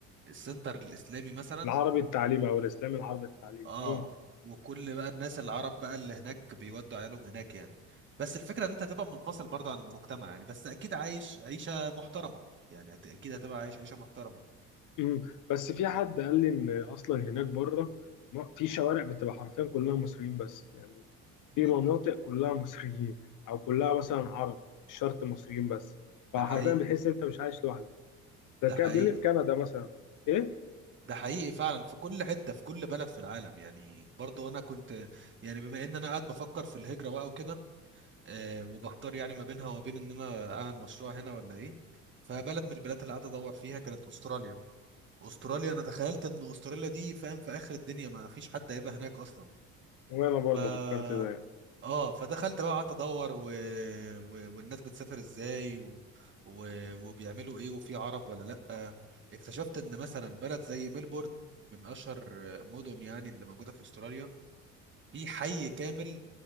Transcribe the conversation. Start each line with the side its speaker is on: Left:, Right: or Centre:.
Right: السنتر الإسلامي مثلا
Left: العربي التعليمي او الاسلامي العربي التعليمي
Right: اه
Left: اه
Right: وكل بقى الناس العرب بقى اللي هناك بيودوا عيالهم هناك يعني بس الفكرة ان انت هتبقى منفصل برضه عن المجتمع يعني بس اكيد عايش عيشة محترمة يعني هت- اكيد هتبقى عايش عيشة محترمة
Left: مم. بس في حد قال لي ان اصلا هناك بره ما- في شوارع بتبقى حرفيا كلها مصريين بس يعني
Right: مم.
Left: في مناطق كلها مصريين او كلها مثلا عرب مش شرط مصريين بس فحرفيا
Right: ده حقيقي
Left: بتحس انت مش عايش لوحدك ده
Right: ده
Left: كان
Right: حقيقي
Left: بيقول لي في كندا مثلا ايه
Right: ده حقيقي فعلا في كل حتة في كل بلد في العالم يعني برضو انا كنت يعني بما ان انا قاعد بفكر في الهجرة بقى وكده آه، وبحتار يعني ما بينها وما بين ان انا اعمل مشروع هنا ولا ايه فبلد من البلاد اللي قعدت ادور فيها كانت استراليا استراليا انا تخيلت ان استراليا دي فاهم في اخر الدنيا ما فيش حد هيبقى هناك اصلا
Left: وانا برضه
Right: ف
Left: فكرت ده
Right: اه فدخلت بقى قعدت ادور و... و... والناس بتسافر ازاي و... و... وبيعملوا ايه وفي عرب ولا لا اكتشفت ان مثلا بلد زي ملبورن من اشهر مدن يعني اللي موجوده في استراليا في حي كامل